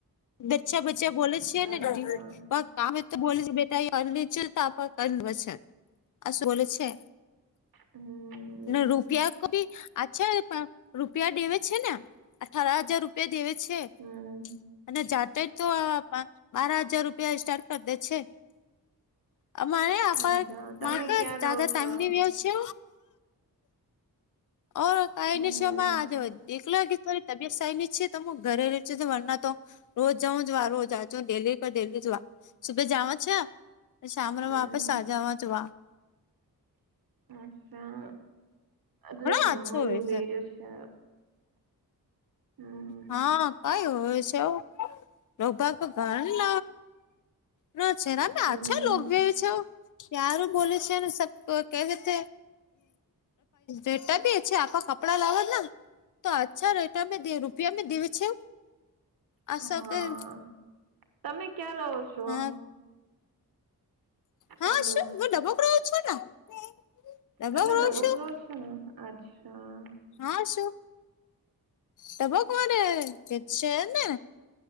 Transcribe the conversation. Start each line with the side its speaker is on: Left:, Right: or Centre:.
Left: બચ્ચા બચ્ચા બોલે છેને,
Right: અચ્છા
Left: બા કામે તો બોલે છે, બેટા એ અન લ છે તો કરી લેચ છે આસું બ છે.
Right: હમ
Left: ને રૂપિયા કો ભી અચ્છા એ પણ રૂપિયા ડેવે છેને, અઠાર હજાર રૂપ તે દેવે છે,
Right: હમ
Left: અને જાતે જ તો આ બા બાર હજાર રૂપિયા સ્ટાર્ટ કર દે છે. અમારે આપાર
Right: અચ્છા તમે
Left: માટે
Right: ક્યાં
Left: જ્યાદા
Right: રહો
Left: ટાઈમ
Right: છો
Left: ની વેવ છે. ઓર કઈને
Right: હમ
Left: શો માં આ જોઈ એકલા કે થોડી તબયત સારી ની છે તો હ ઘરે રજું વરના તો રોજ જાઉં જોવા રોજ આજ દેહી કો દેહી જોવા સુભે જવા છે. શામનો
Right: હમ
Left: વાપસ આ જાવા જ વા હ
Right: અચ્છા એટલે ઘણું
Left: આછો હોય
Right: એવું વેર્યો છે, હમ
Left: હા કઈ હોય છે, રોભા ઘર લ ન છેરામ
Right: હમ
Left: છો લોગભ છે, ક્યારું બોલે છેને સબ કે હ બેટા બી છે, આપવા કપડા લાવવા તો અચ્છા રેટા રૂપિયા મે દ છે. અ
Right: હા
Left: કઈ
Right: તમે ક્યાં રહો છો
Left: હા હા
Right: હલો
Left: શું હ ડબ્બો કરાવ છો ને ડબક
Right: એટલે
Left: રહું
Right: દબો
Left: છું
Right: ખોલાવ છેને, અચ્છા
Left: હા શું તભ કોરે કે છેને.